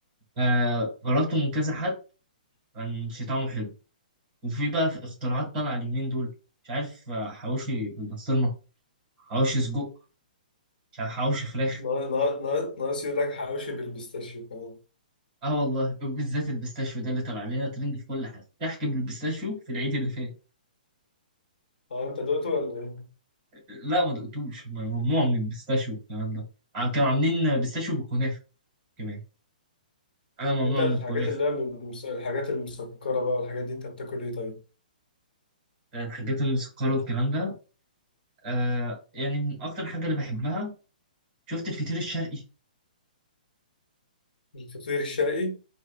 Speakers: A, on the right; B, on the left.
A: آه جربته من كذا حد كان شي طعمه حلو وفي بقى في اختراعات طالعة اليومين دول مش عارف آه، حواوشي بالبسطرمة حواوشي سجق مش عارف حواوشي فراخ
B: نا- نا- نا- ناقص يقول لك حواوشي بالبيستاشيو كمان
A: اه والله بالذات البيستاشيو ده اللي طلع علينا ترند في كل حاجة تحكي بالبيستاشيو في العيد اللي فات
B: اه انت دقته ولا ايه
A: لا ما دقتوش ما- ممنوع من البيستاشيو الكلام ده عم كانوا عاملين بيستاشيو بالكنافة كمان انا ممنوع
B: طب انت
A: من
B: في
A: الكنافة
B: الحاجات اللي هي من المس- الحاجات المسكرة بقى والحاجات دي انت بتاكل ايه طيب؟
A: آه، الحاجات المسكرة والكلام ده آه يعني من اكتر حاجة اللي بحبها شفت الفطير الشرقي
B: الفطير الشرقي